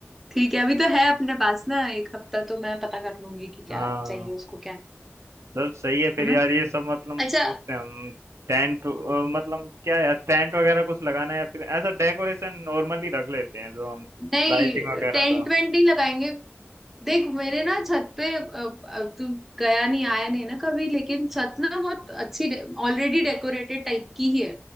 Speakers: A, in the centre; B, on the right (about 85°).
A: ठीक है अभी तो है अपने पास ना एक हफ्ता तो मैं पता कर लूंगी कि क्या
B: हाँ
A: चाहिए उसको क्या नहीं,
B: चल सही है फिर
A: है ना
B: यार ये सब मतलब
A: अच्छा
B: पूछते हैं हम टेंट मतलब क्या यार टेंट वगैरह कुछ लगाना है या फिर ऐसा डेकोरेशन नॉर्मली रख लेते हैं जो हम
A: नहीं
B: लाइटिंग वगैरह
A: टेन
B: का
A: ट्वेंटी लगाएंगे देख मेरे ना छत पे अब तू गया नहीं आया नहीं ना कभी लेकिन छत ना बहुत अच्छी ऑलरेडी डेकोरेटेड टाइप की ही है